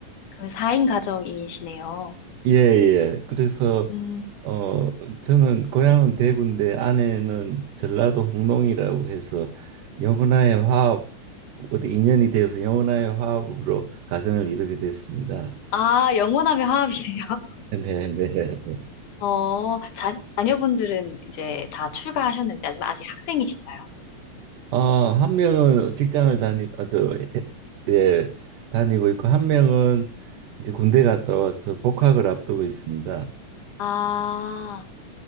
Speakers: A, on the left; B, on the right.
A: 그럼 4인 가정이시네요.
B: 예, 예. 그래서
A: 음,
B: 어 저는 고향은 대구인데 아내는 전라도 홍농이라고 해서 영혼와의 화합 어디 인연이 되어서 영혼와의 화합으로 가정을 이루게 됐습니다.
A: 아, 영원하며 화합이네요. <laughs>
B: <laughs> 네, 네.
A: 어, 자, 자녀분들은 이제 다 출가하셨는지, 아니면 아직 학생이신가요?
B: 어, 한 명은 직장을 다니 어, 저, 해- 예, 다니고 있고 한 명은 이제 군대 갔다 와서 복학을 앞두고 있습니다.
A: 아,